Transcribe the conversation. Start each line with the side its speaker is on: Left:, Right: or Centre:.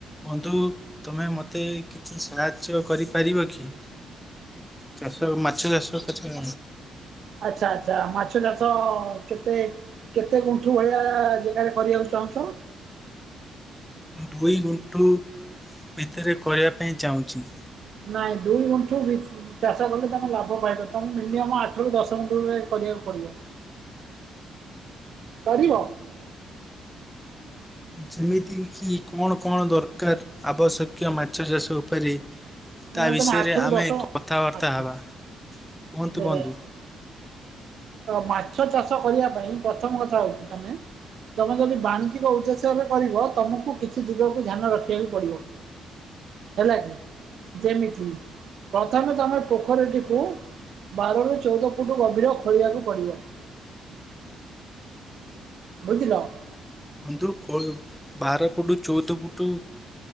Centre: ବନ୍ଧୁ ତମେ ମୋତେ କିଛି ସାହାଯ୍ୟ କରିପାରିବ କି? ଚାଷ ମାଛ ଚାଷ କେତେ
Right: ଆଚ୍ଛା ଆଚ୍ଛା ମାଛ ଚାଷ କେତେ କେତେ ଗୁଣ୍ଠୁ ଭଳିଆ ଜାଗାରେ କରିବାକୁ ଚାହୁଁଚ?
Centre: ମୁଁ ଦୁଇ ଗୁଣ୍ଠୁ ଭିତରେ କରିବା ପାଇଁ ଚାହୁଁଚି।
Right: ନାଇଁ ଦୁଇ ଗୁଣ୍ଠୁ ଭି ଚାଷ କଲେ ତମେ ଲାଭ ପାଇବ ତମେ ମିନିମମ୍ ଆଠ ରୁ ଦଶ ଗୁଣ୍ଠୁ ରେ କରିବାକୁ ପଡିବ। କରିବ।
Centre: ଯେମିତି କିି କଣ କଣ ଦରକାର ଆବଶ୍ୟକୀୟ ମାଛ ଚାଷ ଉପରେ?
Right: ନା
Centre: ତା ବିଷୟରେ
Right: ତମେ ଆଠରୁ
Centre: ଆମେ
Right: ଦଶ
Centre: କଥାବାର୍ତ୍ତା
Right: ଆଚ୍ଛା
Centre: ହେବା
Right: ଆଚ୍ଛା
Centre: କୁହନ୍ତୁ
Right: ଦେଖ
Centre: ବନ୍ଧୁ?
Right: ମାଛ ଚାଷ କରିବା ପାଇଁ ପ୍ରଥମ କଥା ହଉଚି ତମେ ତମେ ଯଦି ବାଣିଚିକ ଉଦ୍ଦେଶ୍ୟରେ କରିବ ତମକୁ କିଛି ଦିଗକୁ ଧ୍ୟାନ ରଖିବାକୁ ପଡିବ। ହେଲା କି ଯେମିତି ପ୍ରଥମେ ତମେ ପୋଖରୀଟିକୁ ବାର ରୁ ଚଉଦ ଫୁଟ ଗଭୀର ଖୋଳିବାକୁ ପଡିବ। ବୁଝିଲ।
Centre: ବନ୍ଧୁ ଖୋ ବାର ଫୁଟୁ ଚଉଦ ଫୁଟୁ